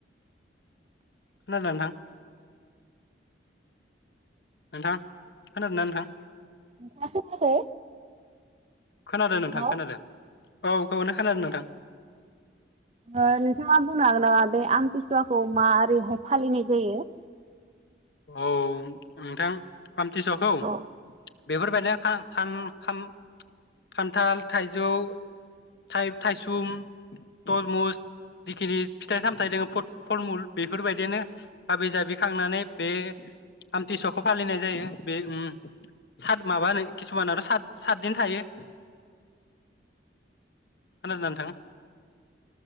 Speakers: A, on the left; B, on the right.
A: खोनादोन ओनथां नोंथां खोनादों ना नोंथां
B: नोंथाङा खोनायाखै
A: खोनादों नोंथां
B: हेल!
A: खोनादों औ खौनो खोनादों नोंथां
B: नोंथाङा बुंनो हागोन नामा बे आमतसुवाखौ मारैहाय फालिनाय जायो।
A: औ नोंथां। आमथिसुवाखौ
B: औ
A: बेफोरबायदिनो खान खाम खान्थाल थाइजौ थाइ थाइसुम तरमुस जिखिनि फिथाइ सामथाइ दङ फद-फलमुल बेफोरबायदियानो हाबि जाबि खांनानै बे आमथिसुवखौ फालिनाय जायो बे उम सात माबा होनो किसुमानथ सात सातदिन थायो। खोनादों ना नोंथां।